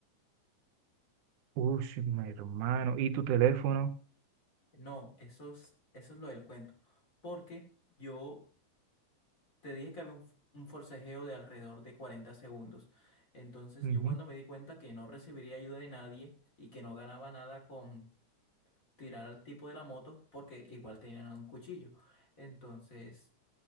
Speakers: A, on the right; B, on the left.
A: ¡Ush, mi hermano, ¿y tu teléfono?
B: No, eso es, eso es lo del cuento, porque yo te dije que había un, un forcejeo de alrededor de 40 segundos. Entonces
A: Ujú.
B: yo cuando me di cuenta que no recibiría ayuda de nadie y que no ganaba nada con tirar al tipo de la moto, porque igual tenían un cuchillo. Entonces...